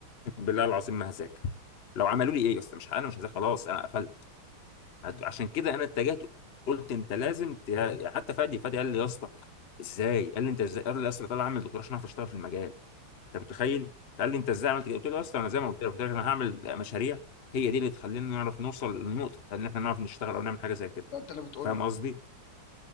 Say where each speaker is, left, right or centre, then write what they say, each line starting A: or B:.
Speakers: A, on the left; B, on the left.
A: بالله العظيم ما هذاكر لو عملوا لي ايه يا اسطى مش انا مش هذاكر خلاص انا قفلت
B: مم.
A: عت- عشان كده انا اتجهت قلت انت لازم ت- حتى فادي فادي قال لي يا اسطى ازاي قال لي انت ازاي قال لي يا اسطى طالع اعمل دكتوراه عشان اعرف اشتغل في المجال انت متخيل قال لي انت ازاي عملت كده قلت له يا اسطى انا زي ما قلت لك قلت لك انا هعمل مشاريع هي دي اللي تخلينا نعرف نوصل للنقطه ان احنا نعرف نشتغل او نعمل حاجه زي كده
B: ده انت اللي بتقول
A: فاهم
B: له
A: قصدي